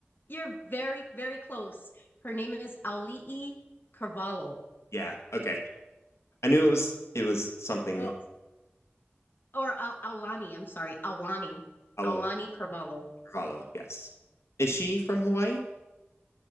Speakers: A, on the left (about 45°); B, on the left (about 80°).
A: you're very very close. Her name is Aulii Carvalho,
B: Yeah, okay. I knew it was it was something
A: or, or Al Aulani. I'm sorry, Aulani,
B: Paula
A: Aulani Carvalho.
B: Carvalho, yes. Is she from Hawaii?